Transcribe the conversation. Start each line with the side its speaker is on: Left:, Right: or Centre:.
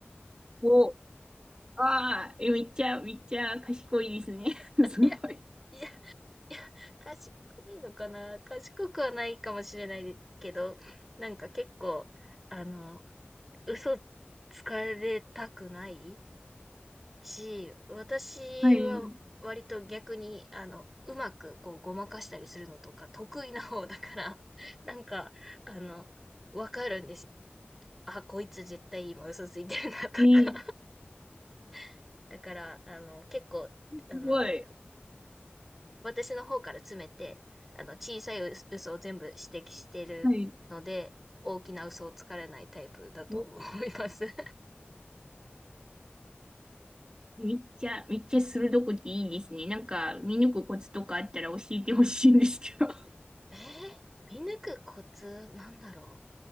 Right: こう、ああ、えめっちゃ、めっちゃ賢いですね。
Centre: <laughs>
Right: <laughs> すごい。
Centre: いや、いや、賢いのかな賢くはないかもしれないけど、なんか結構、あの、嘘つかれたくないし、私は割と逆に、
Right: はい。
Centre: あの、うまくこうごまかしたりするのとか得意な方だから、<laughs> なんか、あの、わかるんですよ。あ、こいつ絶対今嘘ついてるなとか。
Right: ええ
Centre: <laughs> だから、あの、結構、
Right: すごい。
Centre: あの、私の方から詰めて、あの、小さい嘘嘘を全部指摘してるので、
Right: はい。
Centre: 大きな嘘をつかれないタイプだと思います。
Right: お、
Centre: <laughs>
Right: めっちゃ、めっちゃ鋭くていいですね。なんか、見抜くコツとかあったら教えてほしいんですけど。は
Centre: えー見抜くコツなんだろ